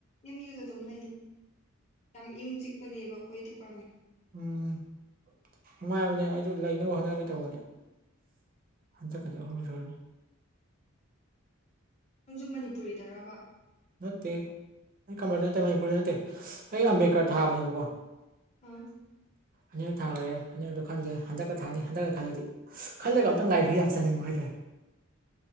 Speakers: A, on the left; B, on the right.
A: ꯑꯦꯝ ꯌꯨꯗ ꯑꯗꯨꯝ ꯂꯩꯅꯤꯡ ꯌꯥꯝ ꯏꯪ ꯆꯤꯛꯄꯅꯦꯕ ꯑꯩꯈꯣꯏ ꯗꯤꯄꯥꯔꯠꯃꯦꯟ
B: ꯎꯝ ꯅꯨꯡꯉꯥꯏꯕꯅꯦ ꯑꯩꯁꯨ ꯂꯩꯅꯕ ꯍꯣꯠꯅꯒꯦ ꯇꯧꯕꯅꯦ ꯍꯟꯗꯛꯀꯗꯤ ꯑꯍꯨꯝꯂꯛ ꯁꯨꯔꯅꯤ
A: ꯅꯪꯁꯨ ꯃꯅꯤꯄꯨꯔꯤꯗꯔꯕ
B: ꯅꯠꯇꯦ ꯑꯩ ꯀꯃꯁꯨ ꯅꯠꯇꯦ ꯃꯅꯤꯄꯨꯔꯤꯁꯨ ꯅꯠꯇꯦ ꯑꯩ ꯑꯝꯕ ꯀꯔ ꯊꯥꯕꯅꯦꯕꯀꯣ
A: ꯑꯥ
B: ꯑꯅꯤꯔ ꯊꯥꯈ꯭ꯔꯦ ꯑꯅꯤꯔꯗꯨꯣ ꯈꯟꯗꯦ ꯍꯟꯗꯛꯀ ꯊꯥꯅꯤ ꯍꯟꯗꯛꯀ ꯈꯜꯂꯗꯤ ꯈꯜꯂꯒ ꯑꯝꯇꯪ ꯂꯥꯏꯕ꯭ꯔꯦꯔꯤ ꯌꯥꯝ ꯆꯠꯅꯤꯡꯕꯨ ꯍꯥꯏꯇꯥꯔꯦ꯫